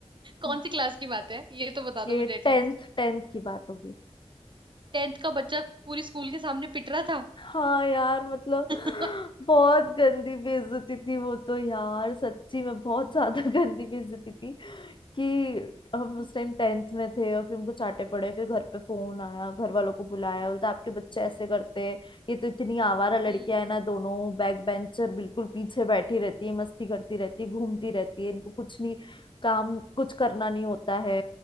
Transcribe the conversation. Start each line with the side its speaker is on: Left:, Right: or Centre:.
Left: थे
Right: कौन सी क्लास की बात है ये तो बता
Left: ये
Right: दो मुझे
Left: टेंथ
Right: एटलीस्ट
Left: टेंथ की बात होगी
Right: टेंथ का बच्चा पूरी स्कूल के सामने पिट रहा था
Left: हाँ यार मतलब
Right: <laughs>
Left: बहुत गंदी बेइज्जती थी वो तो यार सच्ची में बहुत ज्यादा <laughs> गंदी बेइज्जती थी कि हम
Right: हम्म
Left: उस टाइम टेंथ में थे और फिर हमको चाटे पड़े फिर घर पे फोन आया घर वालों को बुलाया बोलता आपके बच्चे ऐसे करते ये तो इतनी आवारा लड़कियां
Right: हम्म
Left: है ना दोनों बैक बेंचर बिल्कुल पीछे बैठी रहती है मस्ती करती रहती है घूमती रहती है इनको कुछ नहीं काम कुछ करना नहीं होता है